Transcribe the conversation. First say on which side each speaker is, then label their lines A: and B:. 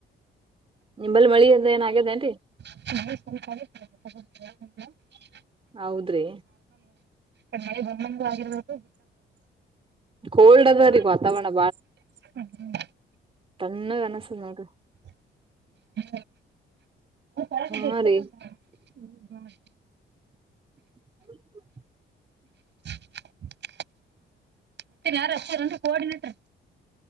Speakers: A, on the right (about 30°); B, on the right (about 60°).
A: ನಿಂಬಲ್ಲಿ ಮಳೆ ಇಲ್ದೆ ಎನಗೆದೇನ್ರಿ.
B: ನಾ
A: ಹೌದ್ರಿ.
B: ಇದ್ ಮಳೆ ಬಂದ್ ಬಂದು ಆಗಿರ್ಬದು.
A: ಕೋಲ್ಡ್ ಅದರಿ
B: <unintelligible>
A: ವಾತಾವರಣ
B: ಹ್ಮ್.
A: ತಂಣ್ಣುಗನುಸ್ತದ್ ನೋಡ್ರಿ.
B: ಹ. ಕೆಳಗಿದೆ
A: ಹಾ
B: ಎಷ್ಟೊನ
A: ರೀ
B: ಹ್ಮ್
A: ಹಮ್.
B: <unintelligible> <inaudible> ಮತ್ ಇನ್ಯಾರು ರೆಸ್ಟೋರೆಂಟು ಕೊರ್ಡಿನೆಟ್ರೂ.